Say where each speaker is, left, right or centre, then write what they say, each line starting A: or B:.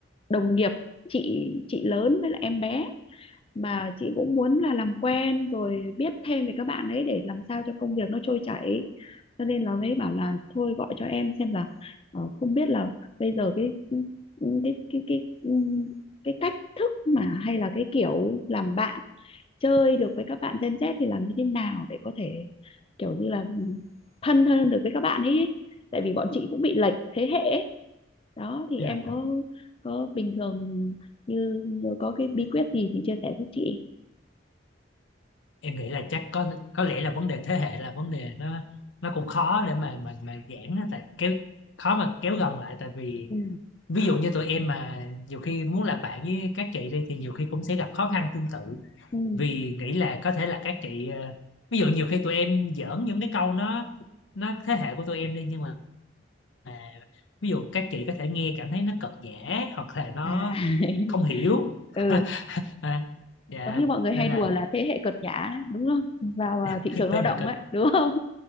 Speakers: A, on the left (about 30°); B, on the left (about 80°).
A: đồng nghiệp chị chị lớn với lại em bé mà chị cũng muốn là làm quen rồi biết thêm về các bạn ấy để làm sao cho công việc nó trôi chảy cho nên là mới bảo là thôi gọi cho em xem là ờ, không biết là bây giờ cái cái cái cái ừm, cái cách thức mà hay là cái kiểu làm bạn chơi được với các bạn Gen Z thì làm như thế nào để có thể kiểu như là thân hơn được với các bạn ấy tại vì bọn chị cũng bị lệch thế hệ ấy. đó thì
B: Yeah.
A: em có có bình thường như có cái bí quyết gì thì chia sẻ giúp chị
B: Em nghĩ là chắc có có lẽ là vấn đề thế hệ là vấn đề nó nó cũng khó để mà mà mà giãn á, tại kéo khó mà kéo gần lại tại vì
A: Ừ,
B: ví dụ như tụi em mà nhiều khi muốn làm bạn với các chị đi thì nhiều khi cũng sẽ gặp khó khăn tương tự
A: ừm,
B: vì nghĩ là có thể là các chị ờ, ví dụ nhiều khi tụi em giỡn những cái câu nó nó thế hệ của tụi em đi nhưng mà à, ví dụ các chị có thể nghe cảm thấy nó cợt nhã hoặc là nó
A: à, <laughs>
B: không hiểu <laughs>
A: ừ,
B: à, dạ
A: giống như mọi người hay
B: nên
A: đùa
B: là
A: là thế hệ cợt nhả đấy, đúng không? Vào, à,
B: <laughs>
A: thị trường lao
B: thế hệ
A: động
B: cực
A: ấy, đúng không?